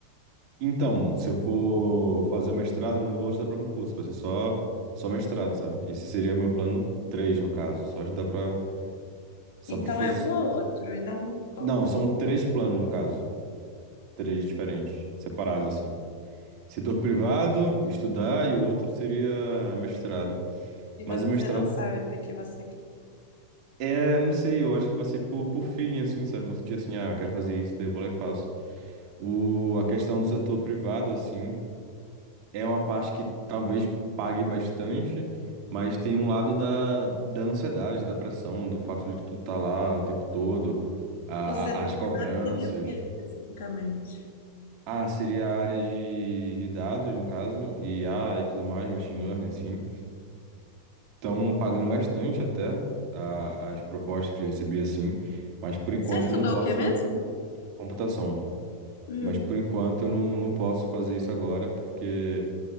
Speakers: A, on the right; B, on the left.
A: Então, se eu for fazer o mestrado, não vou estudar pra concurso, vai ser só, só mestrado, sabe? Esse seria o meu plano três, no caso. Só estudar pra. Só
B: Então
A: pra fazer.
B: é um ou outro e não todo.
A: Não, são três planos, no caso. Três diferentes, separados, assim. Setor privado, estudar, e o outro seria mestrado.
B: E
A: Mas
B: você
A: o mestrado
B: não sabe o que é que você quer.
A: é, não sei, eu acho que vai ser por, por feeling, assim, sabe? Vou sentir assim, ah, eu quero fazer isso, daí eu vou lá e faço. O, a questão do setor privado, assim, é uma parte que talvez pague bastante, mas tem um lado da, da ansiedade, da pressão, do fato de tu tá lá o tempo todo, a,
B: O setor
A: a- as cobranças.
B: privado seria o que especificamente?
A: Ah, seria a área de, de dados, no caso, I a e tudo mais, machine learning, assim. Estão pagando bastante até a- as propostas que já recebi assim, mas por enquanto
B: Você estudou
A: eu não posso
B: o que mesmo?
A: computação.
B: Hum,
A: Mas por enquanto eu não, não posso fazer isso agora porque